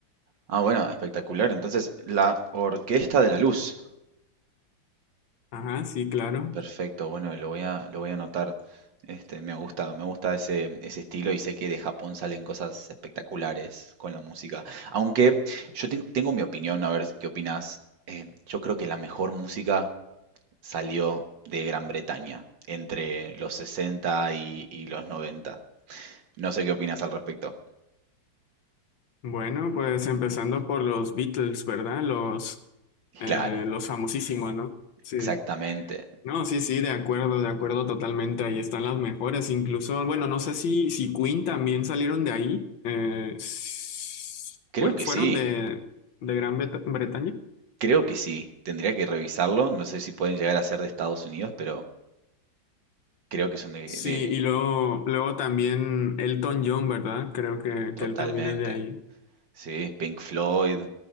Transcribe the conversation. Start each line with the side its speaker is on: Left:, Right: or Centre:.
Right: Ah, bueno, espectacular. Entonces, la Orquesta de la Luz.
Left: Ajá, sí, claro.
Right: Perfecto, bueno, lo voy a, lo voy a anotar. Este, me gusta, me gusta ese, ese estilo y sé que de Japón salen cosas espectaculares con la música. Aunque yo ten- tengo mi opinión, a ver si- qué opinas. Eh, yo creo que la mejor música salió de Gran Bretaña entre los 60 y, y los noventa No sé qué opinas al respecto.
Left: Bueno, pues empezando por los Beatles, ¿verdad? Los, eh,
Right: Claro,
Left: los famosísimos, ¿no? Sí.
Right: exactamente.
Left: No, sí, sí, de acuerdo, de acuerdo totalmente. Ahí están las mejores. Incluso, bueno, no sé si, si Queen también salieron de ahí. Eh, s-
Right: Creo
Left: fue-
Right: que
Left: fueron
Right: sí,
Left: de, de Gran Bet- Bretaña.
Right: creo que sí. Tendría que revisarlo. No sé si pueden llegar a ser de Estados Unidos, pero creo que son de,
Left: Sí,
Right: de-
Left: y luego, luego también Elton John, ¿verdad? Creo que,
Right: totalmente.
Left: que él también es de ahí.
Right: Sí, Pink Floyd,